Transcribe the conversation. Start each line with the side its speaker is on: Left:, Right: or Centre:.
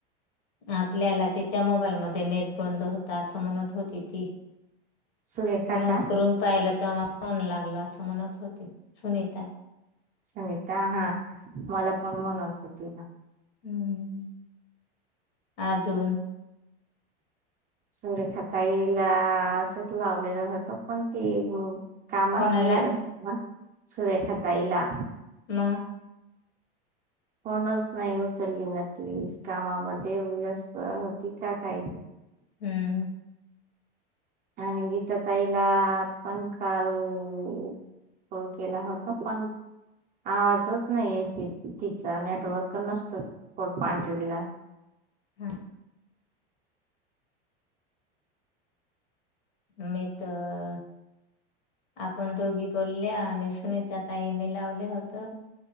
Left: आपल्याला तिच्या मोबाईलमध्ये नेट बंद होता असं म्हणत होती ती
Right: सुरेखा
Left: नंतरून
Right: का
Left: पाहिलं मन लागला असं म्हणत होते. सुनीता
Right: सुनिता हा-हा मला पण म्हनत होती ना.
Left: हम्म आजून
Right: सुरेखा ताईला असंच लावलेला होता, पण ती कामास
Left: कोणाला
Right: वेळ स नसतो सुरेखा ताईला
Left: मग
Right: फोनच नाही उचलली ना ती कामामध्ये व्यस्त होती का काय?
Left: हम्म.
Right: आणि गीता ताईला आपण काल अ फोन केला होता पण, आवाजच नाही आहे, ती तिचा नेटवर्क नसतो सोड पांढरीला
Left: हा. मी तर, आपण दोघी बोलल्या आणि सुनीता ताईनी लावले होत.